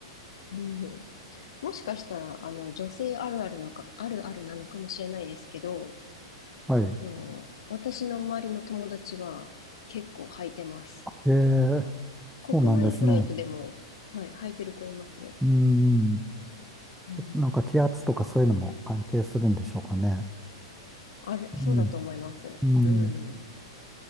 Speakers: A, on the left; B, in the centre.
A: うん。もしかしたら、あの、女性あるあるのか、あるあるなのかもしれないですけど、
B: はい。
A: あの私の周りの友達は結構履いてます。
B: ええ、
A: あの、国内フライトでも、
B: そうなんですね。
A: はい、履いてる子いますね。
B: うん。
A: うん。
B: なんか気圧とかそういうのも関係するんでしょうかね。
A: ある、
B: うん、
A: そうだと思います。
B: うん。
A: うん。